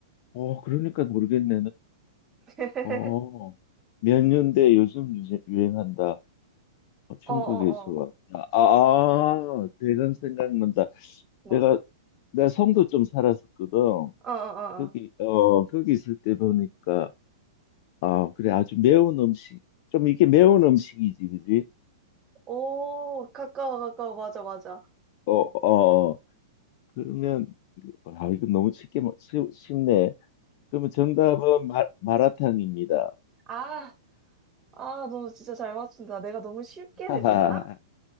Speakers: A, on the left (about 50°); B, on the right (about 20°).
A: 어, 그러니까 모르겠네.
B: <laughs>
A: 어, 몇 년대 요즘 유제- 유행한다. 중국에서
B: 어, 어, 어.
A: 왔다. 아, 대강 생각난다.
B: 뭐.
A: 내가 내 성도 좀 살았었거든.
B: 어, 어, 어.
A: 거기
B: 어.
A: 어 거기 있을 때 보니까 아 그래 아주 매운 음식 좀 이게 매운 음식이지 그지?
B: 오, 가까워, 가까워. 맞아, 맞아.
A: 어 어. 어. 그러면 아 이거 너무 쉽게 먹- 쉬- 쉽네. 그러면 정답은 마, 마라탕입니다.
B: 아, 아, 너 진짜 잘 맞춘다. 내가 너무 쉽게
A: 하하
B: 내줬나?